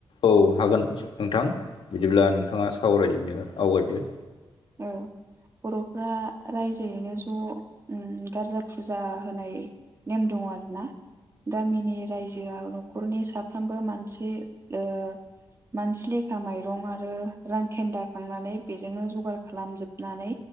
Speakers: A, on the left; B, on the right.
A: औ हागोन नोंथां बिदिब्ला नोंथाङा सावरायनो आवगायदो
B: <inaudible> बर'फ्रा रायजोयैनो ज' उम गारजा फुजा होनाय नेम दङ आरो ना। गामिनि रायजोआव न'खरनि साफ्रोमबो मानसि ओ मानसि लेखा माइरं आरो रां खेन्दाखांनानै बेजोंनो जगार खालामजोबनानै